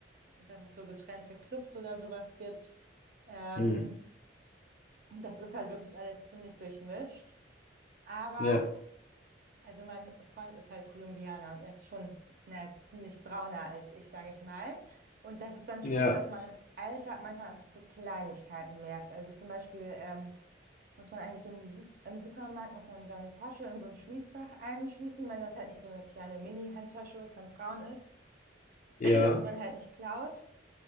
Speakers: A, on the right; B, on the left.
A: dass es so getrennte Clubs oder sowas gibt. Ähm,
B: Mhm.
A: das ist halt wirklich alles ziemlich durchmischt. Aber.
B: Ja.
A: Also mein Freund ist halt Kolumbianer und er ist schon na, ziemlich brauner als ich, sage ich mal. Und das ist dann
B: Ja.
A: schon so, dass man im Alltag manchmal einfach so Kleinigkeiten merkt. Also zum Beispiel ähm, muss man eigentlich im, Su im Supermarkt, muss man seine Tasche in so ein Schließfach einschließen, wenn das halt nicht so eine kleine Mini-Handtasche von Frauen ist, <clears throat>
B: Ja.
A: damit man halt nicht klaut.